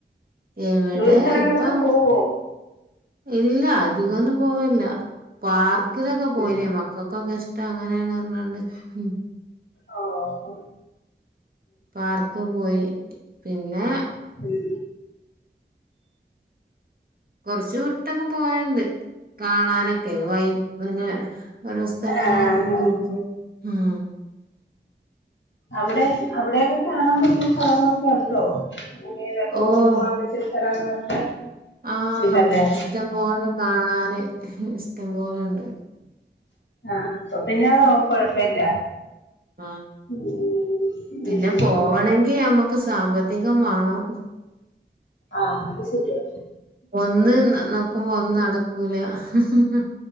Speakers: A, on the right; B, on the left.
A: എവിടെ
B: ദൂര സ്ഥലങ്ങളിലൊക്ക
A: ഇപ്പൊ
B: പോവോ
A: ഇല്ല അധികൊന്നും പോവില്ലാ പാർക്കിലൊക്ക പോയിനേ
B: ഉം
A: മക്കക്കൊക്കെ ഇഷ്ടം അങ്ങനെയാണന്ന് പറഞ്ഞാണ്ട് ഉം
B: ഓ ഹൊ
A: പാർക്ക് പോയി പിന്നാ
B: ഉം
A: കൊറച്ചു വിട്ടൊക്ക പോയണ്ട് കാണാനൊക്കെ വൈ പിന്നെ ഓരോ സ്ഥലങ്ങളക്ക
B: ആഹ്
A: <unintelligible> ഉം
B: അവിടെ അവിടെക്ക കാണാൻ പറ്റിയ സ്ഥലങ്ങളൊക്കെ ഒണ്ടോ ഈ തോടും
A: ഓഹ്
B: കൊറച്ച് സ്ഥലങ്ങളൊക്കെ
A: ആഹ്
B: ഉണ്ടല്ലേ
A: ഇഷ്ടംപോലെ കാണാന് ഇഷ്ടംപോലൊണ്ട്
B: ആഹ് അപ്പൊ പിന്ന കൊഴപ്പില്ല
A: ആ
B: ഉം
A: പിന്നെ
B: ഉം ഉം
A: പോവണെങ്കി നമുക്ക് സാമ്പത്തികം വാണം
B: ആഹ് അത് ശെരിയ
A: ഒന്ന് നോക്കുംമ്പോ ഒന്ന് നടക്കൂല ഹ് ഹ്